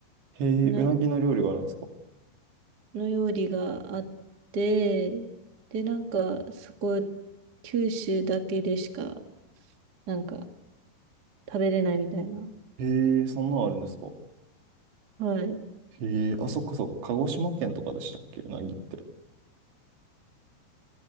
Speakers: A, on the right; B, on the right.
A: へえ、
B: うなぎ
A: うなぎの料理があるんですか
B: の料理があって、で、なんか、そこ、九州だけでしか、なんか、食べれないみたいな。
A: へえ、そんなのあるんですか
B: はい。
A: へえ、あ、そっかそっか、鹿児島県とかでしたっけ、うなぎって。